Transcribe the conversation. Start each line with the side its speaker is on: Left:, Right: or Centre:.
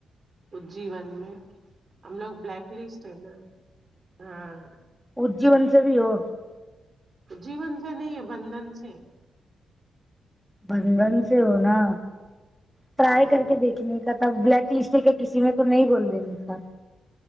Right: اجیون میں ہم لوگ بلیک لسٹ ہے نا ہاں
Centre: اجیون سے بھی وہ
Right: جیون سے نہیں ہے بندھن سے
Centre: بندھن سے ہونا ٹرایی
Right: ہاں
Centre: کر کے دیکھ کھنے کا تھا بلیک لسٹ کا کسی میں تو نہیں بول دینے کا